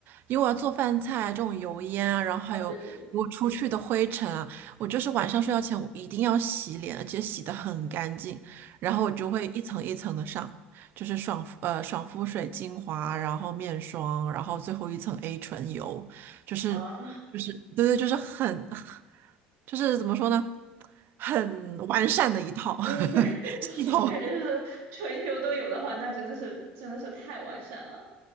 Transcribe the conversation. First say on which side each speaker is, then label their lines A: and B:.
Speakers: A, on the right; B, on the right.
A: 因为我要做饭菜这种油烟啊，然后还有如果出去的灰尘啊，
B: 啊，对对对，
A: 我就是晚上睡觉前我一定要洗脸，而且洗的很干净，然后我就会一层一层的上，
B: 嗯。
A: 就是爽肤呃爽肤水精华，然后面霜，然后最后一层 A 醇油。就是
B: 啊。
A: 就是对对，就是很就是怎么说呢，很完善的一套
B: 嗯，对，<laughs>
A: <laughs> 系统。
B: 感觉是纯油都有的话，那真的是真的是太完善了。